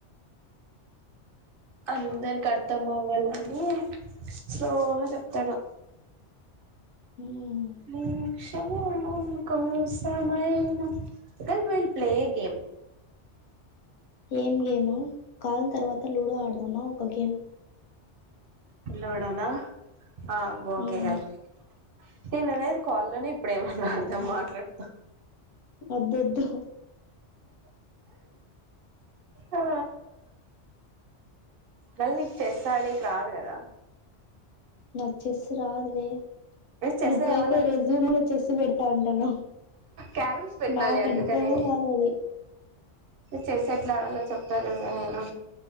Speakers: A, on the right; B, on the left.
A: అందరికి అర్థం అవ్వాలని స్లోగా చెప్తాడు
B: హ్మ్
A: మీ కోసమైనా థాట్ వెల్ ప్లే గేమ్
B: ఏం గేమ్ కాల్ తర్వాత లూడో ఆడదామా ఒక గేమ్
A: నిలబడాలా ఆ ఓకే
B: హ్మ్
A: కల్ నేను అనేది కాల్లోనే ఇప్పుడేమన్నాడ మాట్లాడతా
B: వద్దు వద్దు
A: ఆ మళ్ళ నీకు చెస్ ఆడేకి రాదు కదా
B: నాకు చెస్ రాదు లే
A: చెస్
B: నువ్వు పోయిపోయి
A: ఏమన్నా
B: రెజ్యూమ్ లో చూసి పెడతా అంటున్నావ్
A: క్యారమ్స్ పెట్టినాలే
B: నాకు
A: అందుకనే
B: అర్ధమే కాదు అది
A: చెస్ ఎట్లా ఆడలో చెప్తా కదా నేను